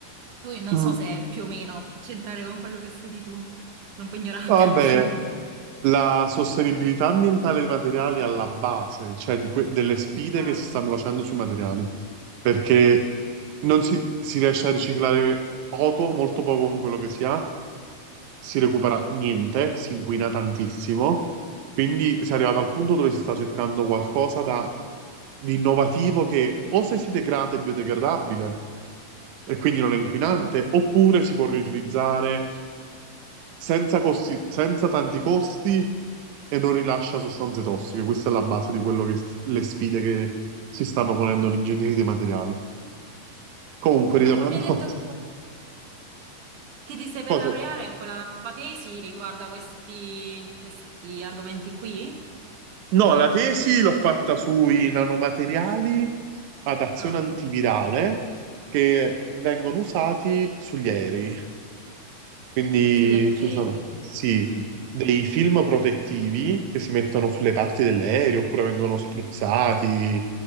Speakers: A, on the right; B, on the right.
A: Tu non
B: Mm.
A: so se più o meno può c'entrare con quello che studi tu, sono un po' ignorante
B: No,
A: <laughs> anch'io.
B: Vabbè, la sostenibilità ambientale dei materiali è alla base, cioè di que- delle sfide
A: Esatto.
B: che si stanno facendo sui materiali, perché non si, si riesce a riciclare poco, molto poco con quello che si ha, si recupera niente, si inquina tantissimo, quindi si è arrivato al punto dove si sta cercando qualcosa da, di innovativo che o se si degrada è biodegradabile e quindi non è inquinante,
A: Mm.
B: oppure si può riutilizzare senza costi- senza tanti costi e non rilascia sostanze tossiche. Questa è la base di quello che s- le sfide che si stanno ponendo gli ingegneri dei materiali. Comunque, ritornando
A: Ecco, mi hai detto
B: a
A: Che ti stai per
B: cose.
A: laureare? Ecco, la tua tesi riguarda questi, questi argomenti qui?
B: No, la tesi l'ho fatta sui nanomateriali ad azione
A: Ah,
B: antivirale
A: ok.
B: che vengono usati sugli aerei. Quindi
A: Sugli
B: si
A: aerei.
B: usano, sì,
A: Mm.
B: dei film protettivi che si mettono sulle parti dell'aereo oppure vengono spruzzati,